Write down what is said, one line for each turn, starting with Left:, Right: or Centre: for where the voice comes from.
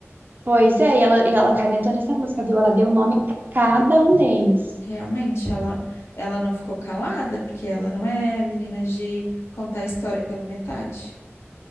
Right: Pois é, e ela, e ela canetou nessa música, viu? Ela deu o nome pra cada um deles.
Left: Realmente, ela, ela não ficou calada, porque ela não é menina de contar a história pela metade.